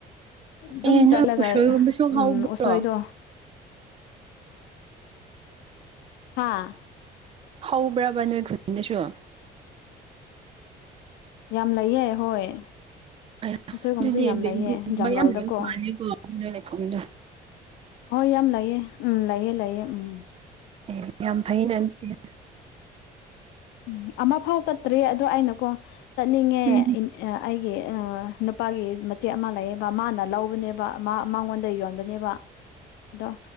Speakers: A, on the left (about 85°); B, on the right (about 35°).
A: ꯑꯗꯨꯝ
B: ꯑꯦ
A: ꯆꯠꯂꯒ
B: ꯅꯣꯏ ꯎꯁꯣꯏꯒꯨꯝꯕꯁꯨ
A: ꯎꯝ
B: ꯍꯧꯕ꯭ꯔꯣ
A: ꯎꯁꯣꯏꯗꯣ ꯍꯥꯥ
B: ꯍꯧꯕ꯭ꯔꯕ ꯅꯣꯏ ꯈꯨꯟꯗꯁꯨ?
A: ꯌꯥꯝ ꯂꯩꯌꯦ ꯍꯣꯏ꯫
B: ꯑꯌꯥ
A: ꯎꯁꯣꯏꯒꯨꯝꯕꯁꯨ
B: ꯑꯗꯨꯗꯤ
A: ꯌꯥꯝ
B: ꯕꯦꯝꯕꯒꯨꯝꯕ
A: ꯂꯩꯌꯦ ꯖꯪꯒꯜꯗꯀꯣ
B: ꯌꯥꯝ ꯂꯩꯕ ꯃꯥꯜꯂꯤꯀꯣ ꯅꯣꯏꯒꯤ ꯈꯨꯟꯗꯣ꯫
A: ꯍꯣꯏ ꯌꯥꯝ ꯂꯩꯑꯦ ꯎꯝ ꯂꯩꯑꯦ ꯂꯩꯑꯦ ꯎꯝ꯫
B: ꯑꯦ ꯌꯥꯝ ꯐꯩꯅ ꯑꯗꯨꯗꯤ꯫
A: ꯎꯝ ꯑꯃꯐꯥꯎ ꯆꯠꯇ꯭ꯔꯤ ꯑꯗꯣ ꯑꯩꯅꯀꯣ ꯆꯠꯅꯤꯡꯉꯦ
B: ꯎꯝ
A: ꯑ ꯑꯩꯒꯤ ꯅꯨꯄꯥꯒꯤ ꯃꯆꯦ ꯑꯃ ꯂꯩꯌꯦꯕ ꯃꯥꯅ ꯂꯧꯕꯅꯦꯕ ꯃꯉꯣꯟꯗ ꯌꯣꯟꯕꯅꯦꯕ ꯑꯗꯣ